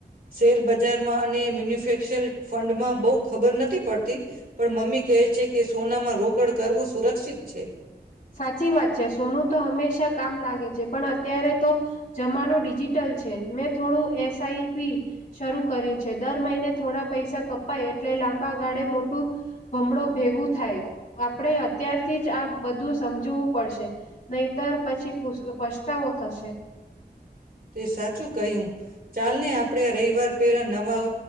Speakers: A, on the right; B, on the left.
A: શેર બજારમાં અને મેન્યુફે <unintelligible> ફંડ માં બહ ખબર નથી પડતી પણ મમ્મી કહે છે કે માં રોકડ કરવું સુરક્ષિત છે.
B: સાચી વાત છે સોનું તો હંમેશા કામ લાગે છે. પણ અત્યારે તો જમાનો ડિજિટલ છે મેં થોડું એસઆઈપી શરૂ કર્યું છે દર મહિને થોડા પૈસા કપાય એટલે લાંબા ગાળે મોટું ભમણો ભેગું થાય આપણે અત્યારથી જ આ બધું. સમજવું પડશે નહીતર પછી પછતાવો થશે.
A: તે સાચું કહ્યું. ચાલ ને આપડે રહી. <unintelligible> વાર પેલા નવા